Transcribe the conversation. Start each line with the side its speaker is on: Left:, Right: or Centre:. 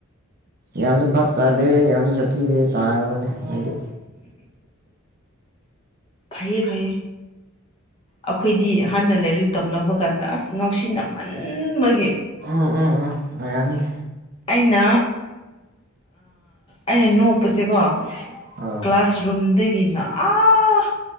Right: ꯌꯥꯝꯁꯨ ꯚꯥꯞ ꯇꯥꯗꯦ ꯌꯥꯝꯁꯨ ꯁꯥꯊꯤꯗꯦ ꯆꯥꯡꯗꯅꯦ ꯍꯥꯏꯗꯤ
Left: ꯐꯩꯌꯦ ꯐꯩꯌꯦ ꯑꯈꯣꯏꯗꯤ ꯑꯍꯟꯅ ꯂꯥꯏꯔꯤꯛ ꯇꯝꯂꯛꯄ ꯀꯥꯟꯗ ꯑꯁ ꯉꯥꯎꯁꯤꯟꯅꯃꯟꯕꯒꯤ
Right: ꯎꯝ ꯎꯝ ꯎꯝ ꯑꯣꯏꯔꯝꯅꯤ
Left: ꯑꯩꯅ ꯑꯩꯅ ꯅꯣꯛꯄꯁꯦꯀꯣ
Right: ꯑꯣ
Left: ꯀ꯭ꯂꯥꯁꯔꯨꯝꯗꯒꯤꯅ ꯑꯥ